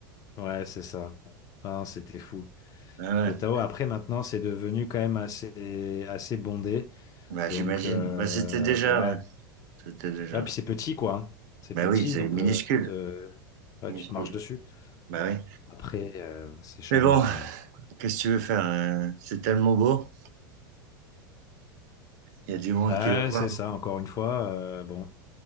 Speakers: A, on the left; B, on the right.
A: Ouais, c'est ça. Non, c'était fou.
B: Ah ouais.
A: Kotao, après, maintenant, c'est devenu quand même assez, assez bondé.
B: Bah
A: Donc,
B: j'imagine.
A: euh,
B: Bah c'était déjà,
A: ouais.
B: ouais. C'était déjà.
A: Ah, puis c'est petit, quoi. hein. C'est
B: Bah
A: petit,
B: oui, c'est
A: donc
B: minuscule.
A: euh, tu te, ouais,
B: Minuscule.
A: tu te marches dessus.
B: Bah oui.
A: Après, euh, c'est charmant
B: Mais bon.
A: quand même.
B: Qu'est-ce que tu veux faire? euh, c'est tellement beau. Il y a du monde
A: Ouais,
B: qui va voir,
A: c'est ça, encore une fois. euh, bon,